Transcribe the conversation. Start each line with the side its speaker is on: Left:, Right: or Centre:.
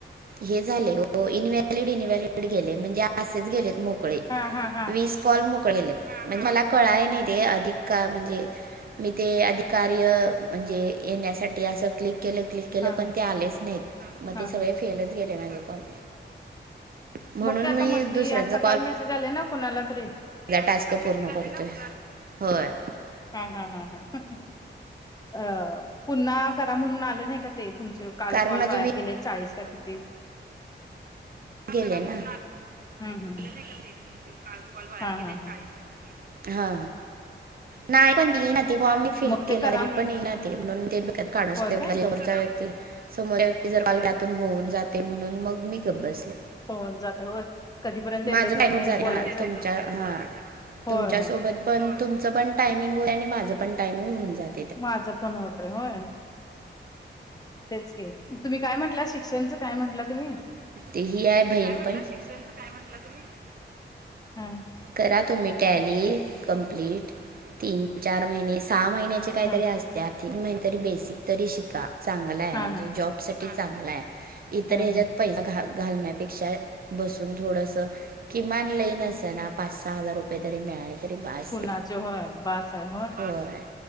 Right: हे झाले इनव्हॅलिड इनव्हलिड गेले म्हणजे असेच गेलेत कळे
Left: हा हा हा
Right: विस कॉल मोकळे गेलेत म्हणजे मला कळालं नाही ते आधी का म्हणजे मी ते अधि कार्य म्हणजे येण्यासाठी असं क्लिक केलं क्लिक केलं
Left: हा
Right: पण
Left: हा
Right: ते आलेच नाहीत मग
Left: हा
Right: ते सगळे
Left: हा
Right: फेलच गेले माझे कॉल म्हणून
Left: मग ते आता
Right: मी
Left: मधी
Right: दुसऱ्यांचा
Left: आता काल मेसेज आले ना कोणाला तरी
Right: या टास्क पूर्ण करतोय होय
Left: हा हा ह अ पुन्हा करा म्हणून आले नाही का ते तुमचे काल
Right: कारण
Left: कॉल
Right: माझे
Left: वाया
Right: वीस
Left: गेले चाळीस का किती
Right: गेले ना
Left: हम्म हम्म
Right: काल कॉल वाया
Left: हा
Right: गेले
Left: हा हा
Right: चाळीस का किती हा नाही पण बी ना बॉ फ्लिप
Left: मग
Right: केल्यावर
Left: ते करा म्हण
Right: पण ईना ते म्हणून ते डोक्यात काढ समोरच्या
Left: होय काय
Right: व्यक्ती समोरच्या जर पालकतून होऊन जातंय म्हणून मग मी गप बसले
Left: होऊन जात होय कधीपर्यंत येते
Right: माझं
Left: तोपर्यंत
Right: मागून जाणार
Left: बोलायचं
Right: तुमच्या हा
Left: होय
Right: तुमच्यासोबत
Left: होय
Right: पण तुमचं पण टायमिंग आणि माझं पण टायमिंग होऊन जात
Left: माझं पण होतय होय तेच की तुम्ही काय म्हटला शिक्षणचं काय म्हंटला तुम्ही
Right: ती ही आहे बहीण पण शिक्षणचं काय म्हंटला तुमी?
Left: हम्
Right: करा तुम्ही टॅली कंप्लीट तीन चार महिने सहा महिन्याची काहीतरी
Left: ह
Right: असत्या तीन महिने तरी बेसिक तरी शिका चांगल हाय
Left: हा
Right: म्हणजे
Left: हा
Right: जॉब साठी चांगल हाय इतर
Left: ह
Right: ह्याच्यात
Left: ह
Right: पैसा घा घालण्यापेक्षा बसून थोडंसं किमान लई नसणा पाच सहा हजार रुपये तरी मिळाले तरी बास
Left: कुणाचे होय बास आहे
Right: हाय होय